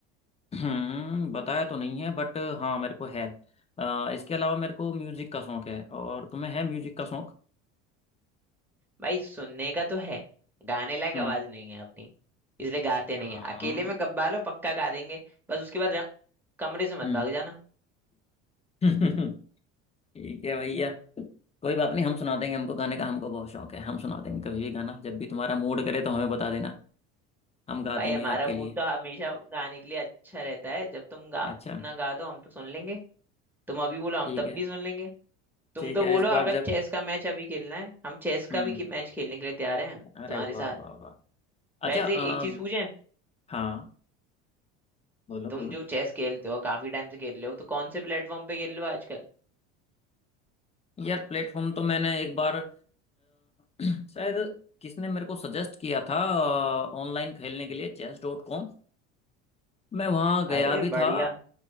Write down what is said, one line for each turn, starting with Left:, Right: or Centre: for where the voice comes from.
Left: <clears throat> हम्म, बताया तो नहीं है बट हाँ मेरे को है अ, इसके अलावा मेरे को म्यूजिक का शौक है और तुम्हें है म्यूजिक का शौक
Centre: भाई सुनने का तो है गाने लायक
Left: हम्म
Centre: आवाज नहीं है अपनी इसलिए गाते नहीं
Left: हाँ
Centre: है अकेले में गब्बा लो पक्का गा देंगे बस उसके बाद र- कमरे से मत
Left: हम्म
Centre: भाग जाना
Left: <laughs> ठीक है भैया कोई बात नहीं हम सुना देंगे हमको गाने का हमको बहुत शौक है हम सुना देंगे कभी भी गाना जब भी तुम्हारा मूड करे तो हमें बता देना हम गा
Centre: भाई
Left: देंगे
Centre: हमारा
Left: आपके
Centre: मूड
Left: लिए
Centre: तो हमेशा गाने के लिए अच्छा रहता है जब तुम गा
Left: अच्छा
Centre: ना गा दो हम तो सुन लेंगे तुम अभी बोलो हम
Left: ठीक
Centre: तब
Left: है
Centre: भी सुन लेंगे तुम
Left: ठीक
Centre: तो
Left: है
Centre: बोलो
Left: इस
Centre: अगर
Left: बार जब
Centre: चेस का मैच अभी खेलना है हम चेस
Left: हम्म
Centre: का भी मैच खेलने के लिए तैयार हैं तुम्हारे
Left: अरे वाह
Centre: साथ
Left: वाह वाह
Centre: वैसे
Left: अच्छा अ,
Centre: एक चीज पूछें
Left: हाँ बोलो
Centre: तुम
Left: बोलो
Centre: जो चेस खेलते हो काफी टाइम से खेल रहे हो तो कौन से प्लेटफॉर्म पे खेल रहे हो आजकल
Left: यार प्लेटफॉर्म तो मैंने एक बार अ, <clears throat> शायद किसने मेरे को सजेस्ट किया था ऑनलाइन खेलने के लिए चेस डॉट कॉम मैं वहाँ गया
Centre: अरे
Left: भी
Centre: बढ़िया
Left: था